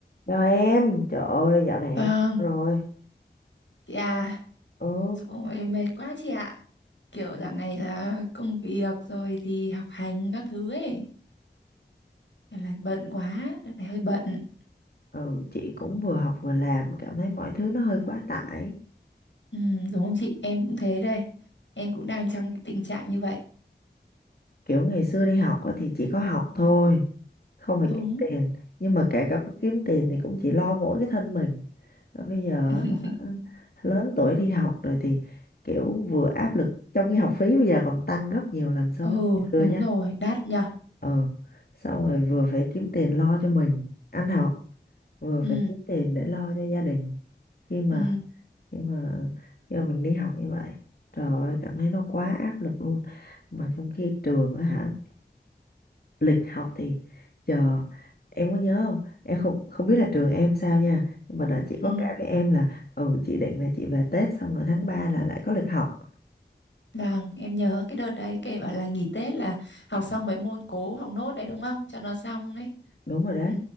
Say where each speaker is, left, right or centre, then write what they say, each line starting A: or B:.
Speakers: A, on the left (about 55°); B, on the left (about 90°).
A: Rồi em, trời ơi, dạo này em
B: Vâng,
A: rồi.
B: chị à,
A: Ừ,
B: rồi mệt quá chị ạ. Kiểu dạo này là công việc rồi thì học hành các thứ ấy, kiểu là bận quá, đợt này hơi bận.
A: ừ, chị cũng vừa học vừa làm, cảm thấy mọi thứ nó hơi quá tải.
B: Ừ, đúng không chị? Em cũng thế đây. Em cũng đang trong cái tình trạng như vậy.
A: Kiểu ngày xưa đi học á thì chỉ có học thôi, không phải
B: Đúng.
A: kiếm tiền. Nhưng mà kể cả có kiếm tiền thì cũng chỉ lo mỗi cái thân mình. Và bây giờ
B: <laughs>
A: hả, lớn tuổi đi học rồi thì kiểu vừa áp lực, trong khi học phí bây giờ còn tăng gấp nhiều lần so
B: Ừ,
A: với ngày xưa
B: đúng
A: nhá.
B: rồi, đắt nhở.
A: Ừ, xong rồi vừa phải kiếm tiền lo cho mình ăn học, vừa
B: Ừ,
A: phải kiếm tiền để lo cho gia đình. khi mà
B: ừ,
A: nhưng mà giờ mình đi học như vậy trời ơi cảm thấy nó quá áp lực luôn mà trong khi trường á hả lịch học thì giờ em có nhớ không em không không biết là trường em sao nha nhưng mà đợt chị có
B: ừ.
A: kể với em là ừ chị định là chị về Tết xong rồi tháng 3 là lại có lịch học
B: Vâng, em nhớ cái đợt đấy kể bảo là nghỉ Tết là học xong mấy môn cố học nốt đấy đúng không? Cho nó xong ấy.
A: đúng rồi đấy
B: Ừ.